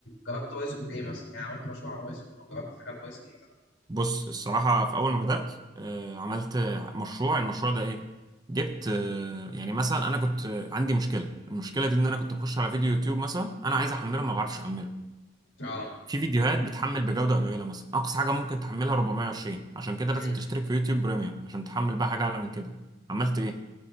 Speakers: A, on the left; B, on the right.
A: جربت بايثون في ايه مثلا يعني عملت مشروع على بايثون او جربت حاجه على بايثون مثلا
B: بص الصراحه في اول ما بدات آه، عملت آه، مشروع المشروع ده ايه جبت آه، يعني مثلا انا كنت آه، عندي مشكله المشكله دي ان
A: مم.
B: انا كنت بخش على فيديو يوتيوب مثلا انا عايز احمله ما بعرفش احمله
A: اه
B: في فيديوهات بتحمل بجودة قليلة مثلا أقصى حاجة ممكن تحملها 420 عشان كده
A: امم
B: لازم تشترك في يوتيوب بريميوم عشان تحمل بقى حاجة أعلى من كده عملت إيه؟